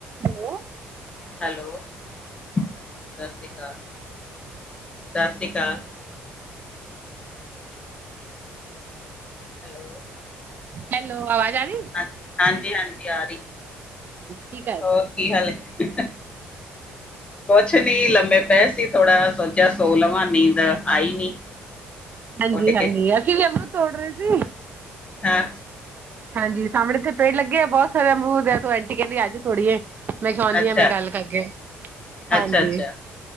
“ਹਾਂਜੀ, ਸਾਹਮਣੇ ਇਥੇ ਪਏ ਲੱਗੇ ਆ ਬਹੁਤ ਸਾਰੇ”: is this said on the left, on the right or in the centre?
Right